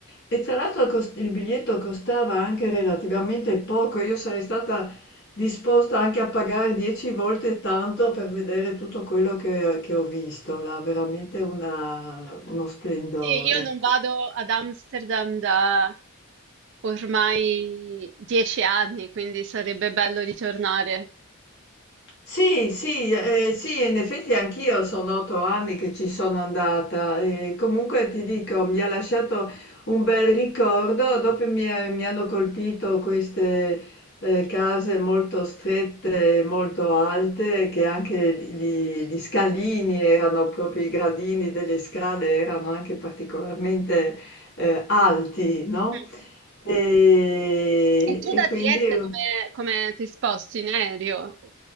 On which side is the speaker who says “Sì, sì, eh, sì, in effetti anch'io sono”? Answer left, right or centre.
Left